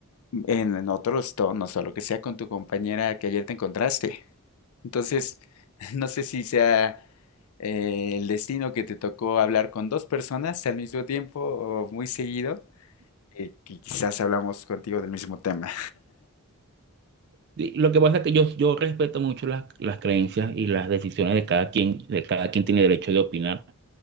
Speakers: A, on the left; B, on the right.
A: en, en otros tonos o lo que sea con tu compañera que ayer te encontraste. Entonces, <laughs> no sé si sea eh, el destino que te tocó hablar con dos personas al mismo tiempo o muy seguido, eh, que quizás hablamos contigo del mismo tema.
B: y lo que pasa es que yo, yo respeto mucho las, las creencias y las decisiones de cada quien, de cada quien tiene derecho de opinar.